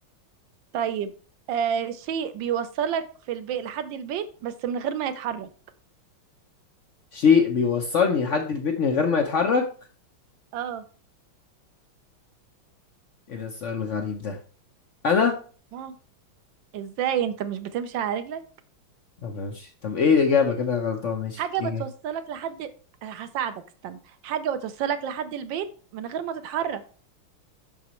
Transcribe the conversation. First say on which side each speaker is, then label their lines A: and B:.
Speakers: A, on the right (about 70°); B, on the left (about 70°).
A: طيب آه شيء بيوصلك في البيت لحد البيت بس من غير ما يتحرك
B: شيء بيوصلني لحد البيت من غير ما يتحرك
A: اه
B: ايه ده السؤال الغريب ده انا
A: اه ازاي انت مش بتمشي على رجلك
B: طب ماشي طب ايه الإجابة كده أنا غلطان ماشي
A: حاجة
B: ايه الإجابة؟
A: بتوصلك لحد آه، هساعدك استنى حاجة بتوصلك لحد البيت من غير ما تتحرك